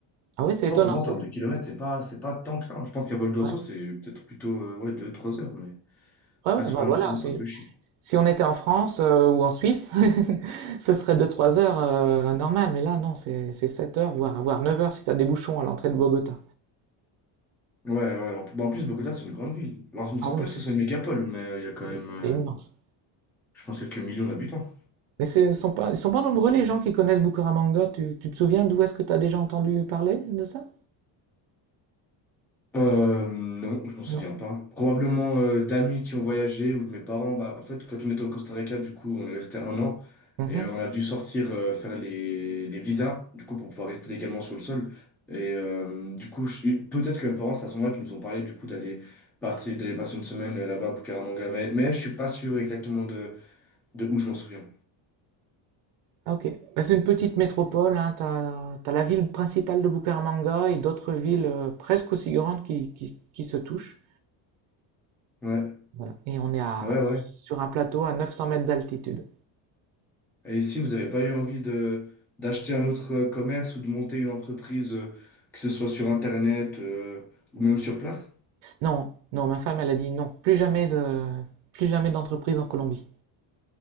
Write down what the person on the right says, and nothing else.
Ah oui, c'est étonnant.
c'est-
Ouais,
ouais, ouais,
bah
voilà.
c'est-
Si on était en France euh, ou en Suisse, <laughs> ce serait deux-trois heures euh, normal. Mais là, non, c'est c'est 7 heures, voire, voire 9 heures si tu as des bouchons à l'entrée de Bogota.
Ah
oui,
c'est
c'est-
c'est
immense.
Mais ce sont pas, ils sont pas nombreux les gens qui connaissent Bucaramanga. Tu, tu te souviens d'où est-ce que tu as déjà entendu parler de ça?
Non.
Mhm.
Ah, Ok. Bah, c'est une petite métropole, hein. T'as, t'as la ville principale de Bucaramanga et d'autres villes euh, presque aussi grandes qui, qui, qui se touchent.
Voilà. Et on est à,
sur un plateau à 900 mètres d'altitude.
Non, non, ma femme, elle a dit non, plus jamais de, plus jamais d'entreprise en Colombie.